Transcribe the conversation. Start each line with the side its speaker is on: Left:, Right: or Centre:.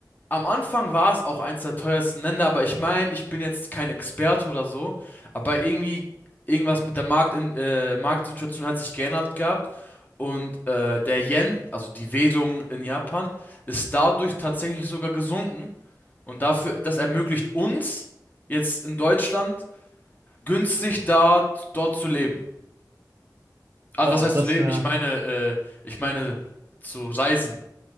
Left: Am Anfang war es auch eins der teuersten Länder, aber ich meine, ich bin jetzt kein Experte oder so, aber irgendwie irgendwas mit der Markt in, äh, Marktsituation hat sich geändert gehabt und äh, der Yen, also die Währung in Japan, ist dadurch tatsächlich sogar gesunken und dafür, das ermöglicht uns jetzt in Deutschland günstig da dort zu leben. Also
Right: Boah,
Left: was heißt
Right: das
Left: zu leben?
Right: wäre.
Left: Ich meine, äh, ich meine zu reisen.